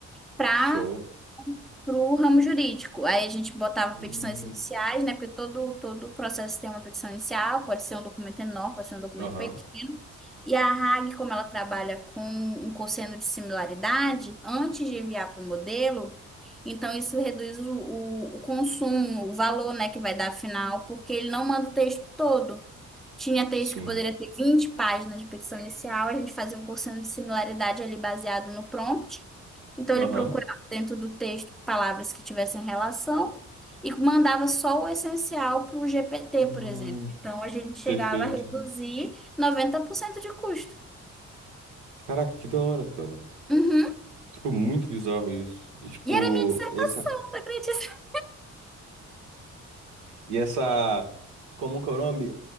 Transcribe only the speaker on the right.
show.
Hum,
Aham.
Sim.
Aham.
Hum,
perfeito.
Caraca, que da hora, cara.
Tipo, muito bizarro isso. E, tipo,
essa.
E essa. Como que é o nome